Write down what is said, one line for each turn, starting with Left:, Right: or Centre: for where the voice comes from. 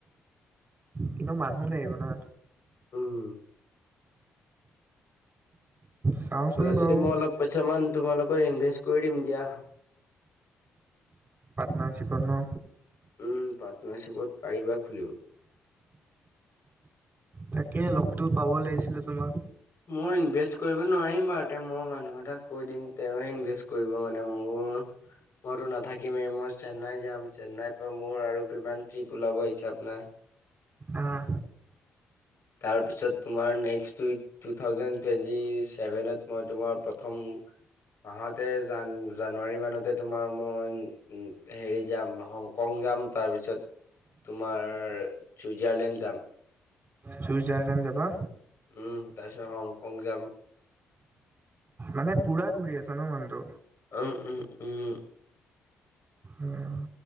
Right: কিন্তু মানুহো লাগিব না
Left: উম
Right: চাওচোন
Left: বোলা
Right: বাৰু
Left: যদি মই অলপ পইচা মান তোমালোকৰ ইনভেষ্ট কৰি দিম দিয়া।
Right: নাই চিকনো।
Left: উম পাৰ্টনাৰশ্বিপত পাৰিবা খুলিব।
Right: তাকে লগতো পাব লাগিছিলে তোমাক।
Left: মই ইনভেষ্ট কৰিব নোৱাৰিম বাৰু তে মই মানুহ এটাক কৈ দিম তেওঁ ইনভেষ্ট কৰিব মানে মোৰ। মইতো নাথাকিমেই মই চেন্নাই যাম চেন্নাইৰ পৰা মোৰ আৰু কিমান ট্ৰিপ ওলাব হিচাপ নাই।
Right: আহ
Left: তাৰপিছত তোমাৰ next week two thousand twenty ছেভেনত মই তোমাৰ প্ৰথম। মাহতে জ জানুৱাৰী মানতে তোমাৰ মই হেৰি যাম নংকং। যাম তাৰপিছত তোমাৰ চুইজাৰলেণ্ড যাম।
Right: চুইজাৰলেণ্ড যাবা।
Left: উম তাৰপিছত হংকং যাম।
Right: মানে পুৰা ঘূৰি আছে ন মানুহটো।
Left: উম উম উম।
Right: উম